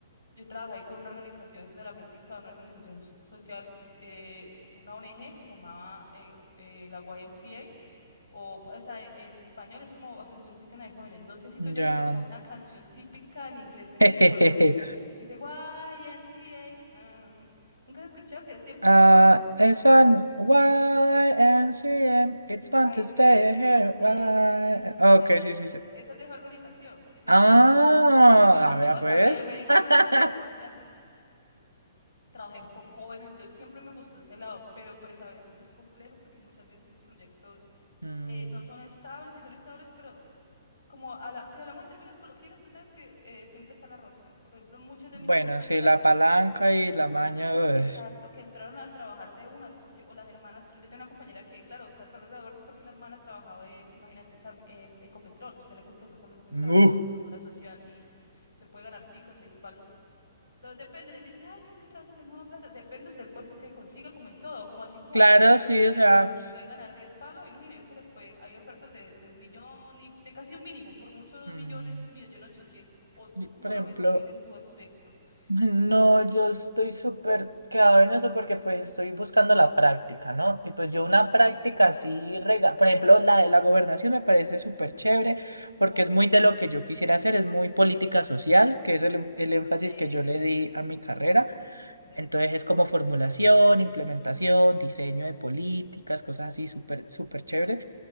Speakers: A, on the left (about 85°); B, on the right (about 85°).
A: Yo trabajé ahí con una organización, haciendo la práctica de una organización so- social, eh, una ONG que llamaba eh, eh, la YMCA, o, o sea, en español es como Asociación Cristiana de Jóvenes. No sé si
B: Ya.
A: tú ya has escuchado una canción típica en inglés que siempre
B: <laughs>
A: colocan como, que dice YMCA. ah, ah. ¿Nunca has escuchado que siempre
B: Ah,
A: la colocan?
B: it's fun. Y N C M It's fun
A: Ahí,
B: to stay
A: ahí está. Ajá,
B: here.
A: epa,
B: Y...
A: epa.
B: Ok,
A: Esa
B: sí,
A: es,
B: sí, sí.
A: esa es desorganización. Me hicieron
B: Ah,
A: por eso. Yo tampoco
B: a ver, pues.
A: sabía, me di cuenta
B: <laughs>
A: cuando estaba allá. Trabajé con jóvenes, entonces siempre me gustó ese lado, pero pues a veces es complejo porque muchas veces los proyectos
B: Mm,
A: eh, no son estables y son estables, pero como habla- si hablamos en términos coloquiales, tú sabes que eh, siempre está la rosca. Por ejemplo, muchas de mis
B: Bueno,
A: compañeras
B: sí, la palanca y la
A: Ujú.
B: maña. ugh.
A: Exacto, que entraron a trabajar de unas, porque, o las hermanas, tra- yo tengo una compañera que, claro, está esperando graduarse porque la hermana trabajaba en, imagínate, tam- en Ecopetrol, usted en Ecopetrol también puede
B: Uh,
A: trabajar como trabajadora social y se puede ganar cinco o seis palos, entonces depende, la gente dice, ay, que es que trabajas en nueva plata, depende usted el puesto que consiga, como en todo, como así como
B: Claro,
A: hay ingenieros
B: sí,
A: que
B: o sea.
A: pueden ganar diez palos, hay unos ingenieros que le pueden, hay ofertas de, de un millón y de casi un mínimo, por mucho dos
B: mm,
A: millones, millón ochocientos, o tú
B: y,
A: como
B: Por
A: lo
B: ejemplo.
A: ves también en tu aspecto,
B: No,
A: la
B: yo estoy súper quedado en eso porque pues estoy buscando la práctica, ¿no? Y pues yo una práctica así, rega por ejemplo, la de la gobernación me parece súper chévere porque
A: economía.
B: es muy de lo que yo quisiera hacer, es muy política social, que es el, en-
A: Ajá,
B: el énfasis
A: es,
B: que yo le di a mi carrera.
A: me parece
B: Entonces
A: perfecto.
B: es como formulación, implementación, diseño de políticas, cosas así súper, súper chévere.